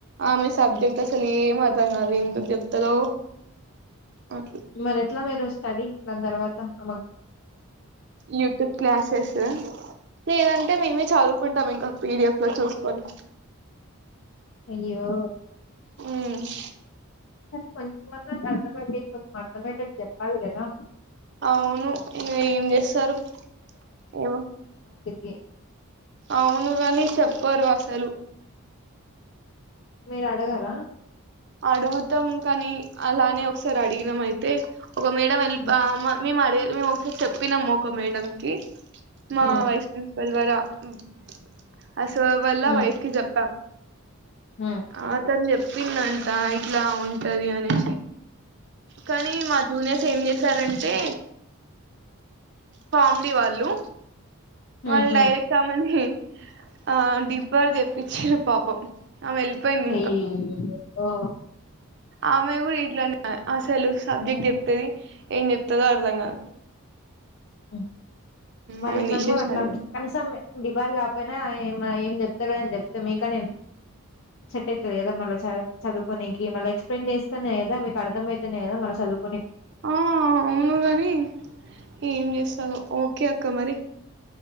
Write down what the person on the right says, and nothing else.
ఆమె సబ్జెక్ట్ అసలు ఏం అర్థం గా. ఎందుక్ చెప్తదో. అర్
యూట్యూబ్ క్లాసెస్ లేదంటే మేమే చదువుకుంటాం ఇంకొ పి డి ఎఫ్ లో చూసుకొని
ఉమ్మ్
అవును ఏం చేస్తారు ఏమో
అవును కాని చెప్పరు అసలు
అడుగుతాం కానీ అలానే ఒకసారి అడిగినాం అయితే ఒక మేడం వెళ్ళి
పా ఆ మేము అడగ మేము ఒకసారి చెప్పినాం ఒక మేడం కి మా
వైస్ ప్రిన్సిపల్ వేరా <unintelligible> అ సో వాళ్ళ
వైఫ్ కి జెప్పాం
ఆ తను చెప్ ప్పిందన్ అ ఇట్లా ఉంటది అని కనీ మా జూనియర్ ఏం చేసారంటే ఫామిలీ వాళ్ళు
వాళ్ళు
డైరెక్ట్ <unintelligible> మని ఆ డీబారు చేపిచ్చిర్రు పాపం ఆమె వెళ్ళిపోయింది
ఆమే కూడా ఇట్లానే అసలు సబ్జెక్ట్ చెప్పేది ఏం చెప్తాదో అర్థం కాదు
ఆమెను
తీసేసినారు
ఇగ
ఆ అవును గాని ఏం చేస్తా ఓ ఓకే అక్క మరి